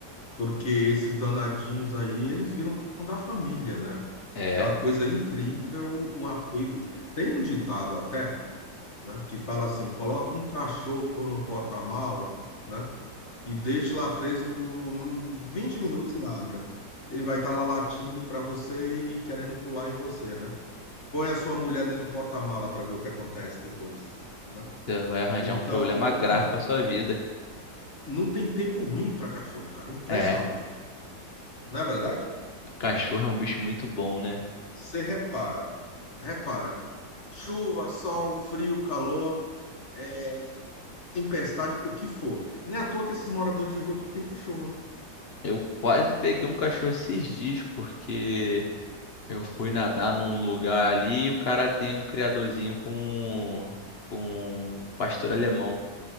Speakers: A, on the left; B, on the left.
A: porque esses danadinhos aí, eles viram da família, né?
B: é,
A: É uma coisa incrível o apego. Tem um ditado até, né, que fala assim: coloca um cachorro no porta-mala, né, e deixa lá preso por hum, 20 minutos e abra. Ele vai estar lá latindo para você e querendo pular em você, né? Põe a sua mulher dentro do porta-mala para ver o que acontece depois, né?
B: você vai arranjar
A: Então,
B: um problema grave
A: n-
B: pra sua vida.
A: não tem tempo ruim para cachorro, cara. Impressionante.
B: É,
A: Não é verdade?
B: cachorro é um bicho muito bom, né?
A: Você repara, repara. Chuva, sol, frio, calor, é, tempestade, o que for. Não é à toa que esses moradores de rua tudo tem cachorro, né?
B: Eu quase peguei um cachorro esses dias porque eu fui nadar num lugar ali e o cara tem um criadorzinho com com pastor alemão.